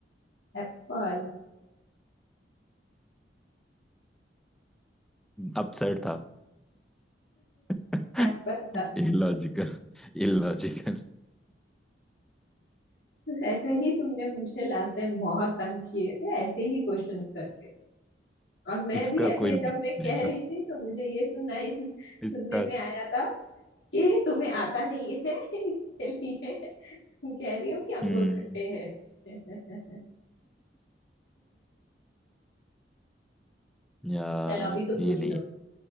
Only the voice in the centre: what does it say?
अपसेट था <laughs>
Illogical illogical
इसका
कोई लॉजिक
नहीं था
इसका
हम्म
यार
ये
नहीं